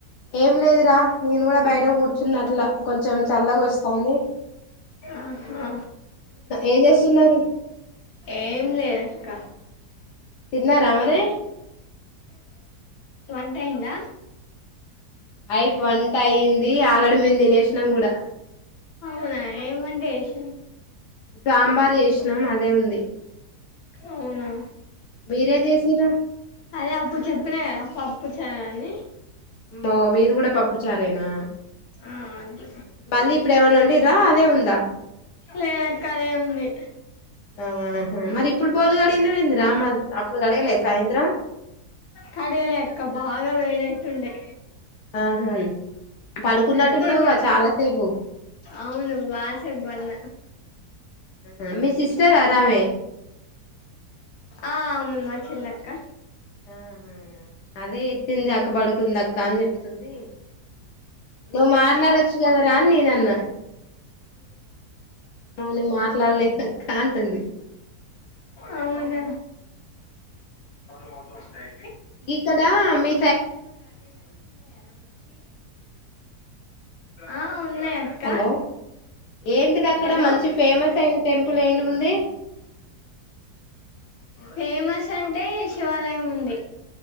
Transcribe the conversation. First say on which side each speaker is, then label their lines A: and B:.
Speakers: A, on the left; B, on the left.
A: ఏం లేదురా నేను కూడా బయట కూర్చున్న అట్లా కొంచెం చల్లగా వస్తుందిన్న
B: ఆహా
A: ఏం చేస్తున్నారు
B: ఏం లేదక్క
A: తిన్నారా మరే
B: వన్ టైందా
A: అయి వంట అయి్యింది ఆలడమంది నేసనం కూడా
B: అవునా ఏమంటేష
A: సాంబార్ చేసినాం అదే ఉంది
B: అవునా
A: మీరేం చేసిర్రు
B: అదే అప్పుడు చెప్పినా కదా కుచారడి
A: ో మీది కూడా పప్పు చారేడి నా
B: ఆ అట్లా
A: మళ్ళీ ఇప్పుడు ఏమైనా ఉండి ా అదే ఉందా
B: లేనక్క అదే ఉంది
A: ఆహా మరి ఇప్పుడు బోలు కడిగినవింది రామ్ అప్పుడు గడగలే సాయంత్రం
B: కడల ఎక్క బాగా వేడైతుండే
A: ఆహా పడుకున్నట్టున్నావుద
B: ఇప్పుడు కూడా
A: చాలా సేపు పో
B: అవును బాషక్ బన్న
A: ఆా మీ సిస్టర్ ఆరామే
B: ఆ మేమ్మా చిల్లక్క
A: ఆహా అదే ఎత్తింది అక్క పడుకుందిక్క అని చెప్తుంది నువ్వు మాట్లాడొచ్చు కదా రాని నేనన్నో నీ మాట్లాడలేని అక్క అంటుంది
B: అవును మ వస్తాయి
A: ఇ క దా అమి
B: అ ఉన్నాయ అక్క
A: హలో ఏంటిది అక్కడ
B: హాలో
A: మంచి ఫేమస్ అయిన టెంపుల్ ఏంటిదుంది
B: ఫై మస్ స్ అంటే శివాలయం ఉంది